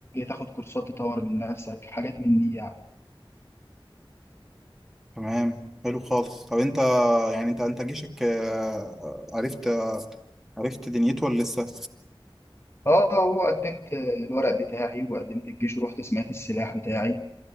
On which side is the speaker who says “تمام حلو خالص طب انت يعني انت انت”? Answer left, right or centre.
Centre